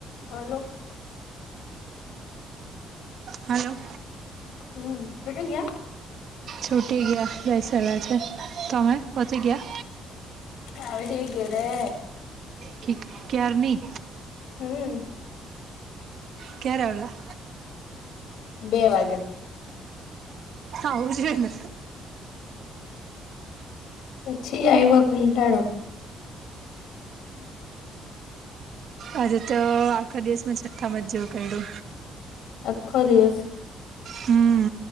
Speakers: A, on the left (about 80°); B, on the right (about 55°).
A: Hello.
B: Hello.
A: હમ્મ. <unintelligible>
B: છૂટી ગયા બેસેલા છે, તમે પોચી ગયા?
A: આવી ગઈ ઘરે.
B: કિ ક્યાર ની?
A: હમ્મ.
B: ક્યારે આવેલા?
A: બે વાગે.
B: આવું જોઈએ ને.
A: પછી આવ્યો કંટાળો.
B: આજે તો આખો દિવસ છઠ્ઠામાં જો કેયડો.
A: આખો દિવસ
B: હમ્મ,